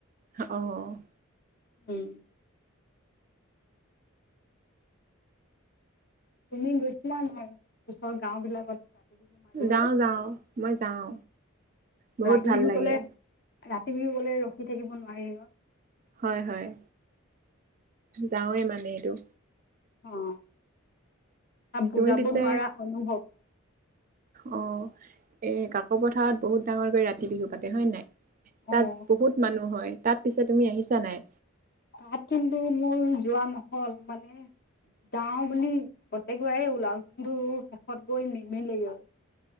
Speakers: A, on the right (about 40°); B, on the left (about 50°).
A: অ'।
B: উম'। তুমি গৈছিলা নাই, ওচৰ গাওঁ বিলাকত?
A: যাওঁ যাওঁ মই যাওঁ বহুত
B: ৰাতি
A: ভাল
B: বিহু
A: লাগে।
B: কলে। ৰাতি বিহু কলে ৰখি থাকিব নোৱাৰি।
A: হয়, হয়। যাওঁৱেই মানে এইটো।
B: অ', আৰু বুজাব
A: তুমি পিছে
B: নোৱাৰা অনুভৱ।
A: অ' এ কাকপথাৰত বহুত ডাঙৰকৈ ৰাতি বিহু পাতে হয় নাই?
B: অ
A: তাত বহুত মানুহ হয়। তাত পিছে তুমি আহিছা নাই?
B: তাত কিন্তু মোৰ যোৱা নহল, মানে যাওঁ বুলি প্ৰত্যেকবাৰে ওলাওঁ, কিন্তু শেষত গৈ নিমিলেগে।